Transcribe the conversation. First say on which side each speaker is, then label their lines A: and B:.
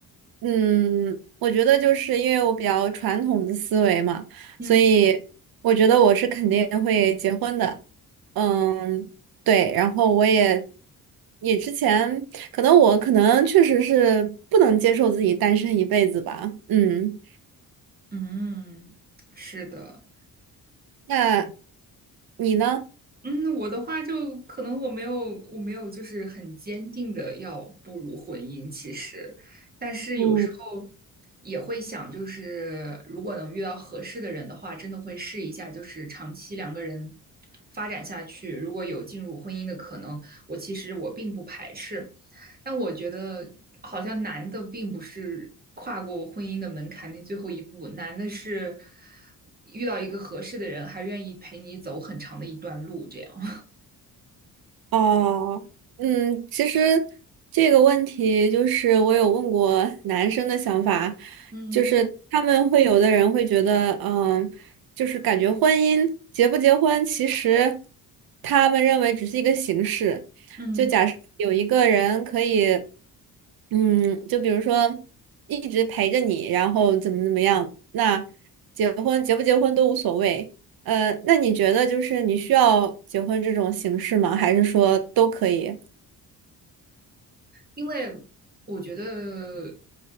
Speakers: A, on the right (about 70°); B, on the right (about 25°).
A: 嗯，我觉得就是因为我比较传统的思维嘛，
B: 嗯
A: 所以我觉得我是肯定会结婚的。嗯，对，然后我也也之前可能我可能确实是不能接受自己单身一辈子吧。嗯，
B: 嗯，是的。
A: 那你呢？
B: 嗯，我的话就可能我没有，我没有就是很坚定的要步入婚姻，其实，但是有时候也会想，
A: 嗯。
B: 就是如果能遇到合适的人的话，真的会试一下，就是长期两个人发展下去，如果有进入婚姻的可能，我其实我并不排斥，但我觉得好像难的并不是跨过婚姻的门槛那最后一步，难的是遇到一个合适的人，还愿意陪你走很长的一段路，这样。
A: 哦，嗯，其实这个问题就是我有问过男生的想法，
B: 嗯
A: 就是他们会有的人会觉得，嗯，就是感觉婚姻结不结婚，其实他们认为只是一个形式。
B: 嗯，
A: 就假设有一个人可以，嗯，就比如说一直陪着你，然后怎么怎么样，那结婚结不结婚都无所谓。呃，那你觉得就是你需要结婚这种形式吗？还是说都可以？
B: 因为我觉得，